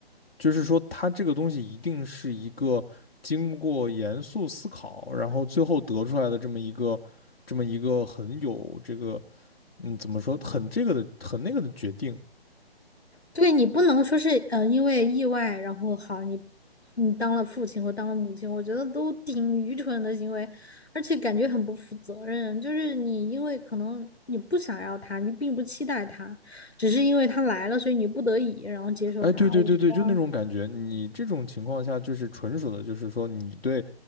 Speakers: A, on the left; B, on the left.
A: 就是说它这个东西一定是一个经过严肃思考，然后最后得出来的这么一个这么一个很有这个嗯怎么说很这个的很那个的决定，
B: 对你不能说是嗯、呃因为意外，然后好你你当了父亲或当了母亲，我觉得都挺愚蠢的行为，而且感觉很不负责任。就是你因为可能你不想要他，你并不期待他，只是因为他来了，所以你不得已然后接受他。
A: 哎对对对对，
B: 我觉得，
A: 就那种感觉，你这种情况下就是纯属的就是说你对